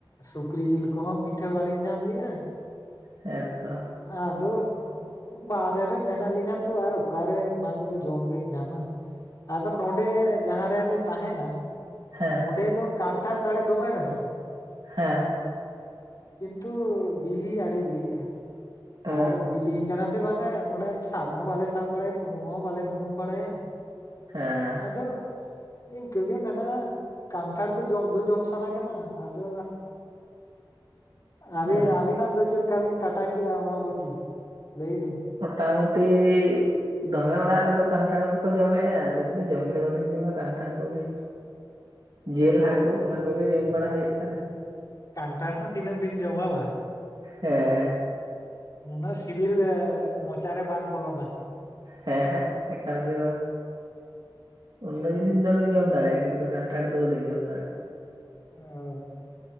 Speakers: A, on the left; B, on the right.
A: ᱥᱩᱠᱨᱤ ᱡᱤᱞ ᱠᱚᱦᱚᱸ ᱯᱤᱴᱷᱟᱹ ᱵᱟᱞᱤᱧ ᱧᱟᱢ ᱞᱮᱜᱼᱟ᱾
B: ᱦᱮᱸ ᱛᱚ᱾
A: ᱟᱫᱚ ᱵᱟᱦᱨᱮ ᱨᱮ ᱢᱮᱱᱟᱜ ᱞᱤᱧᱟ ᱛᱚ ᱟᱨ ᱚᱠᱟᱨᱮ ᱚᱱᱟ ᱠᱚᱫᱚ ᱡᱚᱢ ᱵᱤᱱ ᱧᱟᱢᱟ? ᱟᱫᱚ ᱱᱚᱰᱮ ᱡᱟᱦᱟᱸ ᱨᱮᱞᱮ ᱛᱟᱦᱮᱱᱟ᱾
B: ᱦᱮᱸ
A: ᱚᱸᱰᱮ ᱫᱚ ᱠᱟᱱᱴᱷᱟᱲ ᱫᱟᱲᱮ ᱫᱚᱢᱮ ᱢᱮᱱᱟᱜᱼᱟ᱾
B: ᱦᱮᱸ᱾
A: ᱠᱤᱱᱛᱩ ᱵᱤᱞᱤ ᱟᱹᱣᱨᱤ ᱵᱤᱞᱤᱜᱼᱟ
B: ᱚ
A: ᱟᱨ ᱵᱤᱞᱤ ᱠᱟᱱᱟ ᱥᱮ ᱥᱮ ᱵᱟᱝᱼᱟ ᱚᱸᱱᱰᱮ ᱥᱟᱵ ᱦᱚᱸ ᱵᱟᱞᱮ ᱥᱟᱵ ᱵᱟᱲᱟᱭᱟ, ᱛᱩᱱᱩᱢ ᱦᱚᱸ ᱵᱟᱞᱮ ᱛᱩᱱᱩᱢ ᱵᱟᱲᱟᱭᱟ᱾
B: ᱦᱮᱸ
A: ᱟᱫᱚ ᱤᱱᱠᱟᱹ ᱜᱮ ᱢᱮᱱᱟᱜᱼᱟ᱾ ᱠᱟᱱᱴᱷᱟᱲ ᱫᱚ ᱡᱚᱢ ᱫᱚ ᱡᱚᱢ ᱥᱟᱱᱟ ᱠᱟᱱᱟ᱾ ᱟᱫᱚ ᱟᱵᱤ
B: ᱚ
A: ᱟᱹᱵᱤᱱᱟᱜ ᱫᱚ ᱪᱮᱫ ᱞᱮᱠᱟ ᱵᱤᱱ ᱠᱟᱴᱟ ᱠᱮᱜᱼᱟ, ᱚᱢᱟᱵᱚᱛᱤ? ᱞᱮᱭ ᱵᱤᱱ?
B: ᱢᱚᱴᱟᱢᱩᱴᱤ ᱫᱚᱢᱮ ᱚᱲᱟᱜ ᱨᱮᱫᱚ ᱠᱟᱱᱴᱷᱟᱲ ᱠᱚᱠᱚ ᱡᱚᱢᱮᱫᱼᱟ, ᱟᱹᱞᱤᱧ ᱫᱚ ᱡᱚᱢ ᱜᱮ ᱵᱟᱹᱞᱤᱧ ᱡᱚᱢᱟ ᱠᱟᱱᱴᱷᱟᱲ ᱠᱚᱜᱮ᱾ ᱡᱮᱞ ᱦᱟᱹᱠᱩ, ᱚᱱᱟ ᱠᱚᱜᱮ ᱡᱚᱢ ᱵᱟᱲᱟ ᱦᱩᱭᱩᱜ ᱠᱟᱱᱟ᱾
A: ᱠᱟᱱᱴᱷᱟᱲ ᱦᱚᱸ ᱛᱤᱱᱟᱹᱜ ᱵᱤᱱ ᱡᱚᱢᱟ ᱵᱟ᱾
B: ᱦᱮᱸ᱾
A: ᱱᱩᱱᱟᱹᱜ ᱥᱤᱵᱤᱞ ᱢᱚᱪᱟ ᱨᱮ ᱵᱟᱝ ᱵᱚᱞᱚᱱᱟ᱾
B: ᱦᱮᱸ ᱦᱮᱸ ᱮᱠᱟᱞ ᱜᱮ ᱵᱟᱝ᱾ ᱩᱞ ᱡᱤᱱᱤᱥ ᱫᱚᱞᱤᱧ ᱡᱚᱢ ᱫᱟᱲᱮᱭᱟᱜᱼᱟ᱾ ᱠᱤᱱᱛᱩ ᱠᱟᱱᱴᱷᱟᱲ ᱫᱚ ᱵᱟᱹᱞᱤᱧ ᱡᱚᱢ ᱫᱟᱲᱮᱭᱟᱜᱼᱟ᱾
A: ᱚ